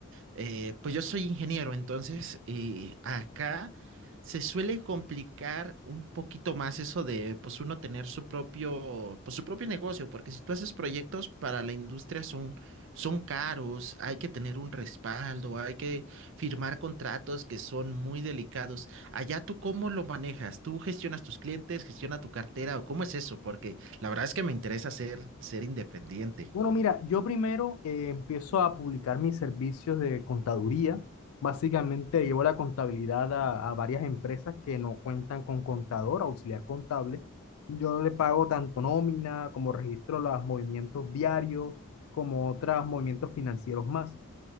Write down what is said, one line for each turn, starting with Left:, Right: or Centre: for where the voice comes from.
Right: eh, pues yo soy ingeniero, entonces eh, acá se suele complicar un poquito más eso de pues uno tener su propio, pues su propio negocio, porque si tú haces proyectos para la industria son, son caros, hay que tener un respaldo, hay que firmar contratos que son muy delicados. Allá tú cómo lo manejas, tú gestionas tus clientes, gestiona tu cartera o cómo es eso, porque la verdad es que me interesa ser, ser independiente.
Left: Bueno, mira, yo primero eh, empiezo a publicar mis servicios de contaduría. Básicamente llevo la contabilidad a, a varias empresas que no cuentan con contador, auxiliar contable. Yo le pago tanto nómina como registro los movimientos diarios, como otros movimientos financieros más.